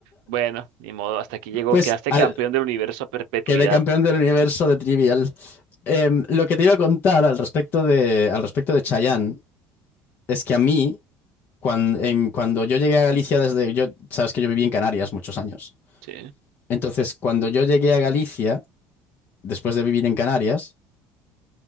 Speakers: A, on the right; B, on the left.
A: Bueno, ni modo, hasta aquí llegó.
B: Pues
A: Quedaste
B: al,
A: campeón del universo a perpetuidad.
B: quedé campeón del universo de Trivial. Em, lo que te iba a contar al respecto de, al respecto de Chayanne es que a mí, cuando, cuando yo llegué a Galicia desde... Yo, sabes que yo viví en Canarias muchos años.
A: Sí.
B: Entonces, cuando yo llegué a Galicia, después de vivir en Canarias,